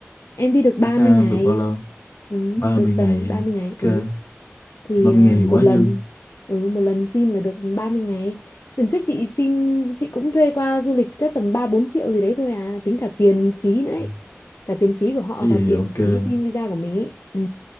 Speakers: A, on the left (about 70°); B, on the left (about 85°).
A: em đi được
B: visa
A: ba mươi ngày
B: em được bao lâu
A: ừ
B: ba
A: được
B: mươi ngày
A: tầm
B: hả?
A: ba mươi ngày
B: Ok,
A: ừ thì
B: ba mươi
A: ờ,
B: ngày thì quá
A: một
B: dư.
A: lần ừ một lần xin là được ba mươi ngày lần trước chị xin chị cũng thuê qua du lịch chắc tầm 3 4 triệu gì đấy thôi à tính cả tiền phí nữa ấy
B: Ừ.
A: cả tiền phí của họ
B: Nói
A: và
B: vậy
A: tiền
B: thì ok. Nói
A: phí xin visa của mình ấy ừ